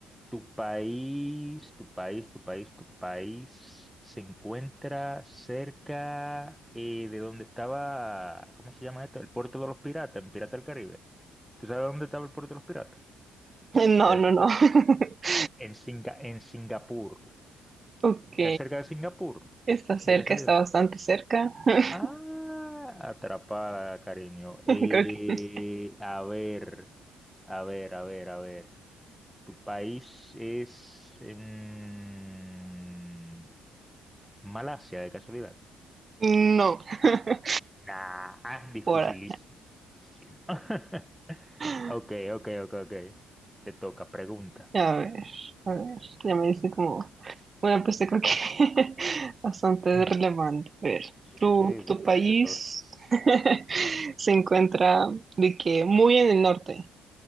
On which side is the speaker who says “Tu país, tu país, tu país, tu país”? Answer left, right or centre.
Centre